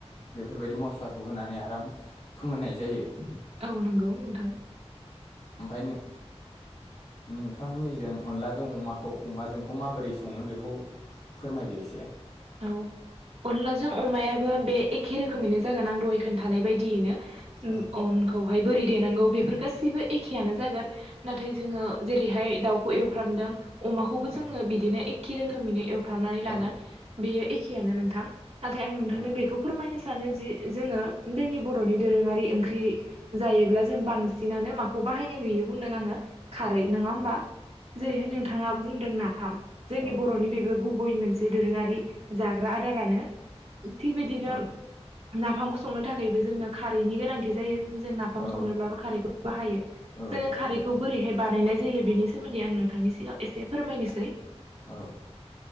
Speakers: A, on the left (about 80°); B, on the right (about 70°).
A: बेफोरबायदि मस्लाखौ होनानै आराम फोमोननाय जायो।
B: औ नंगौ नोंथां
A: ओमफ्राय नों नोंथांमोननिजों अनलाजों अमाखौ अमाजोंखौ माबोरै संङो बेखौ फोरमायदो एसे
B: औ अनलाजों अमायाबो बे एखे रोखोमैनो जागोन आं दहाय खोन्थानाय बायदियैनो
A: औ
B: अनखौहाय बोरै देनांगौ बेफोर गाैबो एखेयानो जागोन नाथाय जोङो जेरैहाय दाउखौ एवफ्रामदों अमाखौबो
A: औ
B: जोंङो बिदिनो एखे रोखोमैनो एवफ्रामनानै लागोन
A: औ
B: बेयो एखेयानो नोंथां नाथाय आं नोंथांनो
A: औ
B: बेखौ फोरमायनो सानो जि जोंङो जोंनि बर'नि दोरोंङारि ओंख्रि जायोब्ला जों बांसिनानो माखौ बाहायनाय नुयो बुंदों आङो खारै नङा होमबा जेरैहाय नोंथांङा बुंदों नाफाम जोंनि
A: औ
B: बर'नि बेबो गुबै मोनसे दोरोंङारि जाग्रा आदारानो थिग बिदिनो
A: औ
B: नाफामखौ संनो थाखायबो जोंनो खारै गोनांथि जोंनो
A: औ
B: खारै जायो खारैखौ बाहायो
A: औ
B: जों खारैखौ
A: बाहायो
B: बोरैहाय बानाय जायो। जायो बेनि सोमोन्दै आं नोंथांनि सिगांङाव एसे फोरमायनोसै
A: औ